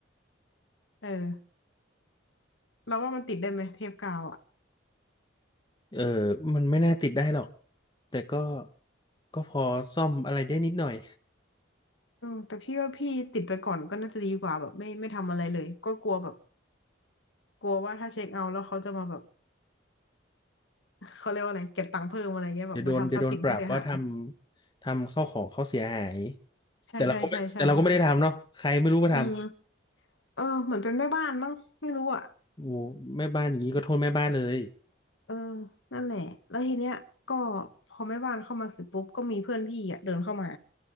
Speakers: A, on the left (about 70°); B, on the left (about 20°).
A: เออเราว่ามันติดได้ไหมเทปกาวอ่ะ
B: เออมันไม่น่าติดได้หรอกแต่ก็ก็พอซ่อมอะไรได้นิดหน่อย
A: อืมแต่พี่ว่าพี่ติดไปก่อนก็น่าจะดีกว่าแบบไม่ไม่ทำอะไรเลยก็กลัวแบบกลัวว่าถ้าเช็คเอาท์แล้วเขาจะมาแบบ <laughs> เขาเรียกว่าอะไรเก็บตังค์เพิ่มอะไรเงี้ยแบบมาทำทรัพย์สินเขาเสียหาย
B: เดี๋ยวโดนเดี๋ยวโดนปรับว่าทำทำเข้าวของเขาเสียหาย
A: ใช่ใช่ใช่ใช่
B: แต่เราก็ไม่แต่เราก็ไม่ได้ทำเนาะใครไม่รู้มาท
A: อืมเออเหมือนเป็นแม่บ้านมั้งไม่รู้อ่ะ
B: ำโอ้แม่บ้านอย่างนี้ก็โทษแม่บ้านเลย
A: เออนั่นแหละ แล้วทีเนี้ยก็พอแม่บ้านเข้ามาเสร็จปุ๊บก็มีเพื่อนพี่อ่ะเดินเข้ามา